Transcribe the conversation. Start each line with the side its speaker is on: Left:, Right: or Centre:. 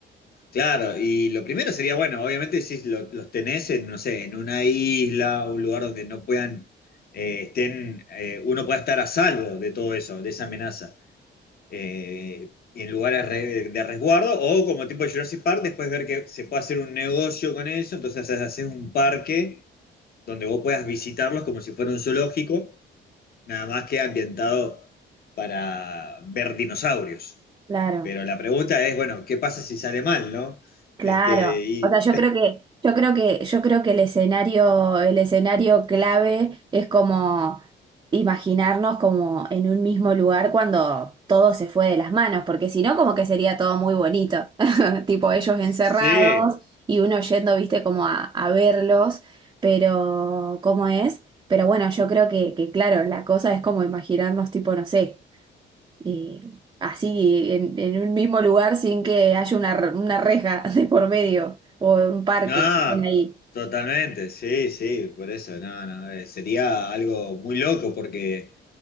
Left: claro, y lo primero sería, bueno, obviamente si lo- los tenés en, no sé, en una isla, un lugar donde no puedan, eh, estén, eh, uno pueda estar a salvo de todo eso, de esa amenaza. Eh, y en lugares re- de resguardo, o como tipo Jurassic Park, después ver que se puede hacer un negocio con eso, entonces haces haces un parque donde vos puedas visitarlos como si fuera un zoológico Nada más que ambientado para ver dinosaurios.
Right: Claro,
Left: Pero la pregunta es, bueno, ¿qué pasa si sale mal, no?
Right: claro.
Left: Este, y
Right: O sea, yo creo que, yo creo que, yo creo que el escenario, el escenario clave es como imaginarnos como en un mismo lugar cuando todo se fue de las manos, porque si no, como que sería todo muy bonito. tipo ellos encerrados
Left: sí,
Right: y uno yendo, viste, como a, a verlos, pero ¿cómo es? Pero bueno, yo creo que, que, claro, la cosa es como imaginarnos, tipo, no sé, eh, así en, en un mismo lugar sin que haya una, re- una reja <laughs> de por medio o un parque
Left: no,
Right: que estén ahí.
Left: totalmente, sí, sí, por eso, no, no, eh, sería algo muy loco porque